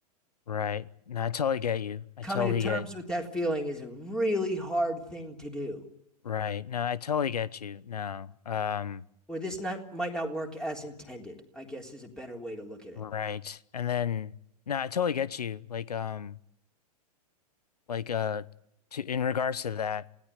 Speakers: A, on the left; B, in the centre.
A: Right. No, I totally get you. I
B: Coming
A: totally
B: to terms
A: get.
B: with that feeling is a really hard thing to do.
A: Right. No, I totally get you. No. Um.
B: Or this not, might not work as intended, I guess is a better way to look at it.
A: Right. And then no, I totally get you. Like um like uh to in regards to that,